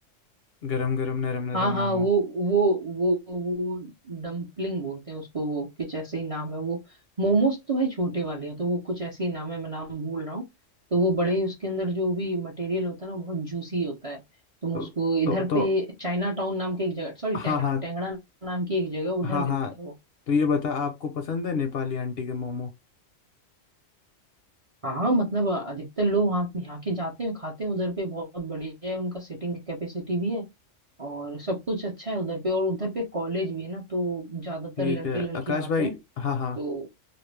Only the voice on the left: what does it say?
गरम गरम नरम नरम
मोमो
तो
तो तो
हाँ
हाँ
हाँ
हाँ
तो ये बता आपको पसंद है नेपाली आंटी के मोमो
ठीक
है
आकाश
भाई
हाँ हाँ